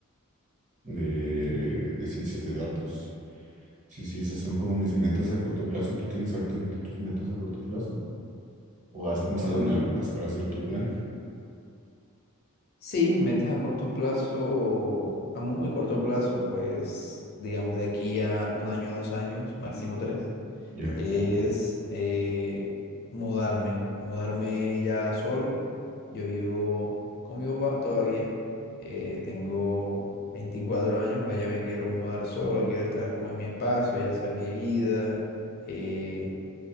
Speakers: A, on the right; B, on the left.
A: de, de ciencias de datos. Sí, sí, esas son como mis metas a corto plazo. ¿Tú tienes ahorita tus metas a corto plazo? ¿O has pensado
B: Bueno, mismo.
A: en algunas para hacer tu plan?
B: Sí, mis metas a corto plazo, a muy corto plazo, pues digamos de aquí a un año, dos años, máximo tres,
A: Ya.
B: es eh, mudarme, mudarme ya solo. Yo vivo con mi papá todavía, eh, tengo 24 años, pues ya me quiero mudar solo, quiero estar como en mi espacio y hacer mi vida, eh,